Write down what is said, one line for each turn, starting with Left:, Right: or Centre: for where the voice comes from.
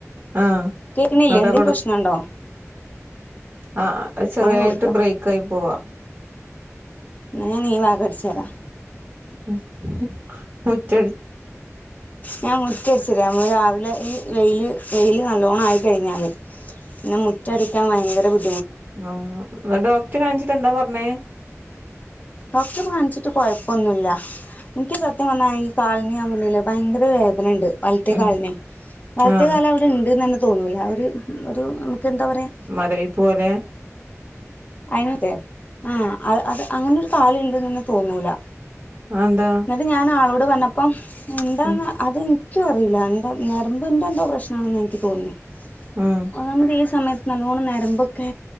Right: ആഹ്
Left: കേക്കണില്ലേ
Right: ന്നട്ടാ
Left: എന്തങ്കിലും പ്രശ്നുണ്ടോ
Right: ആഹ ചെറിയായിട്ട്
Left: കൊടുക്കുക
Right: ബ്രേക്ക് ആയി പോവാ
Left: ന്നാ ഞാൻ ഈ ഭാഗം അടിച്ചോരാ
Right: ഉം ഉം മുറ്റ
Left: ഞാൻ മുറ്റടിച്ചൊരാ രാവിലെ ഈ വെയില് വെയില് നല്ലോണം ആയി കഴിഞ്ഞാല് പിന്നെ മുറ്റടിക്കാൻ ഭയങ്കര ബു
Right: ആഹ ഡോക്ടർ കാണിച്ചിട്ട് എന്താ പറഞ്ഞേ
Left: ഡോക്ടർ കാണിച്ചിട്ട് കൊഴപ്പൊന്നുല്ല എനിക്ക് സത്യം പറഞ്ഞാ ഈ കാലിനു ഞാൻ പറഞ്ഞില്ലേ ഭയങ്കര വേദ വേദന ഉണ്ട് വലത്തെ
Right: ഉം
Left: കാലിന് വലത്തെ
Right: ആഹ്
Left: കാല് അവിടെണ്ട് തന്നെ തോന്നൂല ഒരു ഒരു എന്താ പറയാ
Right: മരവിപ്പ് പോലെ
Left: അയിന് ത്തെ ആ അത് അങ്ങനെ ഒരു കാലുണ്ട് ന്ന് തോന്നൂല
Right: അതെന്താ
Left: ന്നിട്ട് ഞാൻ ആളോട് പറഞ്ഞപ്പം എന്താന്ന്
Right: ഉം
Left: അത് എനിക്കും അറിയില്ല ന്ന് ഞരമ്പിന്റെ എന്തോ പ്രശ്നാണെന്ന് എനിക്ക് തോന്നുന്നത്
Right: ഉം
Left: അതാണ് ഈ സമയത്ത് നല്ലോണം നരമ്പൊക്കെ